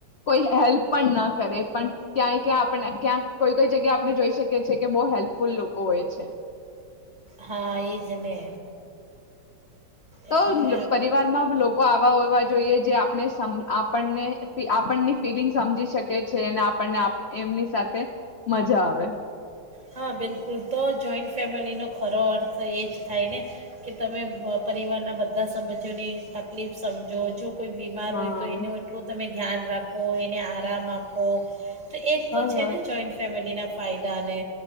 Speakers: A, on the left; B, on the right.
A: કોઈ હેલ્ હેલ્પ પણ ના કરે પણ ક્યાંય ક્યાં આપને ક્યાં કોઈ કોઈ જગ્યા આપણે જોઈ શકીએ છીએ કે બો હેલ્પફુલ લોકો હોય છે.
B: હા એ જ ને.
A: તો
B: એટલે
A: પરિવારમાં લોકો આવા હોવા જોઈએ જે આપણે આપણને આપણની ફિલિંગ સમજી શકે છે. ને આપ આપણને એમની સાથે મજા આવે.
B: હા બિલકુલ તો જોઈન્ટ ફેમિલીનો ખોરો અર્થ એ જ થાય ને કે તમે પરિવારના બધા સમજ્યોની તકલીફ સમજો જો કોઈ બીમાર
A: હા
B: હોય તો એનું એટલું તમે ધ્યાન રાખ ખો એને આરામ આપ પો તો એ જ
A: હ
B: તો છે ને જોઈન્ટ ફેમિલીના ફાયદાને